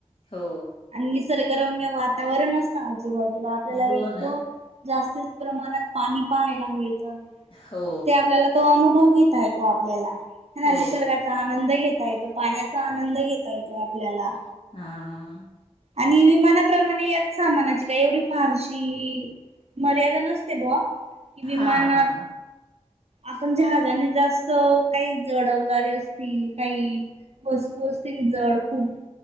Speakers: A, on the left; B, on the right.
A: हो,
B: आणि निसर्गरम्य वातावरण असत आजूबाजूला. आपल्याला
A: हो
B: एक
A: ना.
B: तो जास्त प्रमाणात पाणी पहायला मिळतं.
A: हो,
B: ते आपल्याला तो अनुभव घेता येतो, आपल्याला. ह ना
A: हो.
B: निसर्गाचा आनंद घेत येतो. पाण्याचा आनंद घेता येतो आपल्याला.
A: हा.
B: आणि विमानातं त्याप्रमाणे याच सामानाची काय एवढी फारशी मर्यादा नसते बवा. कि
A: हां,
B: विमानात
A: हां,
B: आपण जहाजानी जास्त काही जड अवजारी असतील काही वस्तू असतील जड खूप.